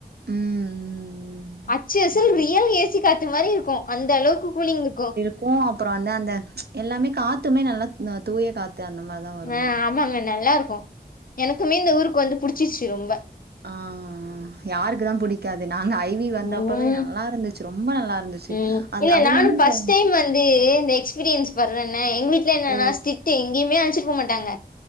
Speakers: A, on the right (about 75°); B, on the left (about 60°).
A: ம்
B: அச்சு அசல்
A: ம்
B: ரியல் ஏசி காத்து மாரி இருக்கும் அந்த அளவுக்கு கூலிங் இருக்கும்
A: இருக்கும் அப்பறோ வந்து அந்த எல்லாமே காத்துமே நல்லா தூய காத்து அந்த மாரிதான் வருமே
B: ஆ ஆமாங்க நல்லா இருக்கும் எனக்குமே இந்த ஊருக்கு வந்து புடிச்சிருச்சு ரொம்ப
A: அ அ அ யாருக்கு தான் புடிக்காது நாங்க ஐவி வந்தப்பவே
B: ம்
A: நல்லா இருந்துச்சு ரொம்ப நல்லா இருந்துச்சு
B: ம்
A: அந்த
B: இல்ல
A: அதுவு
B: நானும்
A: இல்லாம
B: ஃபஸ்ட்
A: இந்த
B: டைம் வந்து இந்த எக்ஸ் பீரியன்ஸ் படுறேன்ன எங்க வீட்ல என்னன்னா
A: ஓ
B: ஸிட்டு எங்கேயுமே அழச்சிட்டு போக மாட்டாங்க